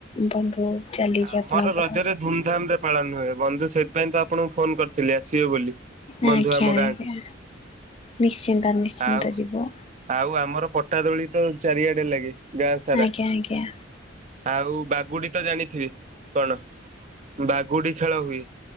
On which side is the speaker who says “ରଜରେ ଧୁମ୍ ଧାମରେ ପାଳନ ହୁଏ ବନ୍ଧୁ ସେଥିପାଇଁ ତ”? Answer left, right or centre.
Right